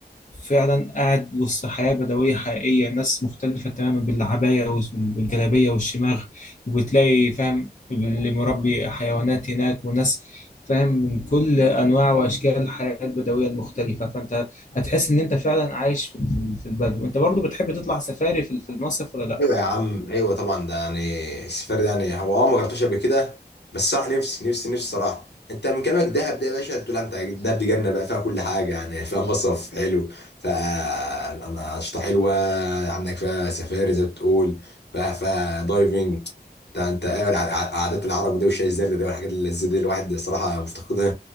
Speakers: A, on the left; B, on the left.
A: فعلا قاعد وسط حياة بدوية حقيقية ناس مختلفة تماما بالعباية والجلابية والشماغ وبتلاقي فاهم اللي مربي حيوانات هناك وناس فاهم من كل أنواع وأشكال الحياة البدوية المختلفة فأنت هتحس إن أنت فعلا عايش في في- في البدو أنت برضو بتحب تطلع سفاري في في المصيف ولا لأ؟
B: ايوه يا عم ايوه طبعا ده يعني السفر ده يعني هو اه ما جربتوش قبل كده بس صراحه نفسي نفسي نفسي صراحه انت من كلامك دهب ده يا باشا تقول انت دهب دي جنه بقى فيها كل حاجه يعني فيها مصرف حلو فيها انشطه حلوه عندك فيها سفاري زي ما بتقول فيها فيها دايفنج انت انت ايه الع- الع- عادات العرب دي وشاي الزردة دي والحاجات اللذيذه دي الواحد صراحه مفتقدها